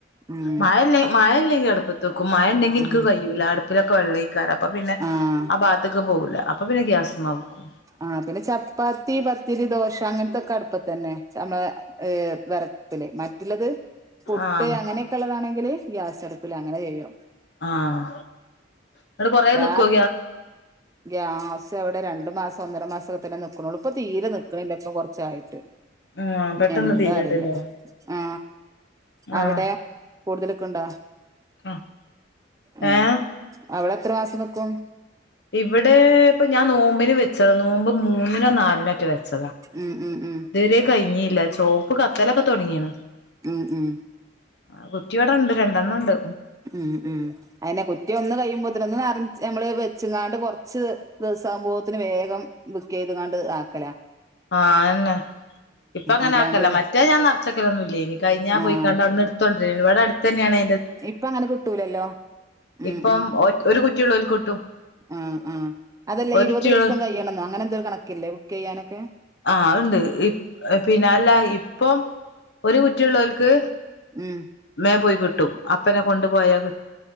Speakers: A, on the right (about 20°); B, on the left (about 60°).
A: ഉം
B: മഴയില്ലെ മഴയി ല്ലെങ്കി അടുപ്പത്തക്കും മഴ ഇണ്ടെങ്കി എനിക്ക്
A: ഉം
B: കയ്യൂല അടുപ്പിലൊക്കെ വെള്ളയ്ക്കാരം അപ്പൊ പിന്നെ
A: ആഹ്
B: ആ ഭാഗത്ത്ക്ക്‌പോ പോഊല അപ്പൊ പിന്നെ ഗ്യാസ്മെക്കും
A: ആ പിന്നെ ചപ്പാത്തി പത്തിരി ദോശ അങ്ങനത്തൊക്കെ അടുപ്പത്തന്നെ ച്ചല് ഏ വിറകട്പ്പില് മറ്റുള്ളത് പുട്ട്
B: ആഹ്
A: അങ്ങനെയൊക്കെള്ളതാണെങ്കില് ഗ്യാസട്പ്പില് അങ്ങനെ ചെയ്യും
B: ആഹ് ഇന്നട്ട് കൊറേ
A: ഗ്യാസ്
B: നിക്കോ
A: ഗ്യാസിവിടെ രണ്ടു മാസം ഒന്നര മാസത്തിലെ നിൽക്കുന്നോള്ളൂ ഇപ്പൊ തീരെ നിക്ക്ണില്ല ഇപ്പൊ കുറച്ചായി ട്
B: ആഹ് പെട്ടെന്ന്
A: എന്താ
B: തീര്ണ്ട്ല്ലേ
A: അറീല്ല ആ അവിടെ
B: ആഹ്
A: കൂടുതല്ക്കുണ്ടോ
B: ആഹ്
A: എ
B: ഏഹ്
A: അവിടെ ത്ര മാസം ന്നിക്കും
B: ഇവിടെ ഇപ്പൊ ഞാൻ നോമ്പിന് വെചതാ നോമ്പ് മൂന്നിനോ നാലിനൊറ്റെ വെച്ച
A: ഉം ഉം ഉം
B: ഇത് വരെ കഴിഞ്ഞില്ല ചോപ്പ് കത്തലൊക്കെ തുടങ്ങിണ്
A: ഉം ഉം
B: ആ കുറ്റി ഇവിടെ ണ്ട് രണ്ടെണ്ണം ണ്ട്
A: ഉം ഉം അയെന്നെ കുറ്റി ഒന്ന് കഴിയുമ്പോത്തന് ഒന്ന് നെറച്ച് നമ്മള് വെച്ച്ങ്ങാണ്ട് കുറച്ച് ദിവസാവുമ്പോത്ത്ന് വേഗം ബുക്കെയ്തങ്ങാണ്ട് ആക്കല
B: ആ അഅന്നെ ഇപ്പ അങ്ങനെ
A: അല്ലാണ്ട്
B: ആക്കലാ മറ്റേ ഞാൻ നെറച്ചക്കലൊന്നും ല്ലേനി കഴിഞ്ഞാ
A: ആഹ്
B: പോയിക്കാണ്ട് അവട്ന്ന് ഇട്ത്തുണ് ഇവടെ അടുത്തന്നെയണ്
A: ഇപ്പ അങ്ങനെ കിട്ടൂലല്ലോ ഉം
B: ഇപ്പം
A: ഉം
B: ഒരു കുറ്റിയുള്ളോൽക്ക് കിട്ടും
A: ആ ആ അതല്ലേ
B: ഒരു
A: ഇരുപത്
B: കുറ്റിയുള്ള
A: ദിവസം കഴിയണംന്നോ അങ്ങനെ എന്തോ കണക്കില്ലേ ബുക്ക് യ്യാനൊക്കെ
B: ആ അത്ണ്ട് ഇ പിന്നെ അല്ല ഇപ്പം ഒരു കുറ്റിള്ളോൽക്ക്
A: ഉം
B: മേ പോയി കിട്ടും അപ്പന്നെ കൊണ്ടു പോയാൽ കി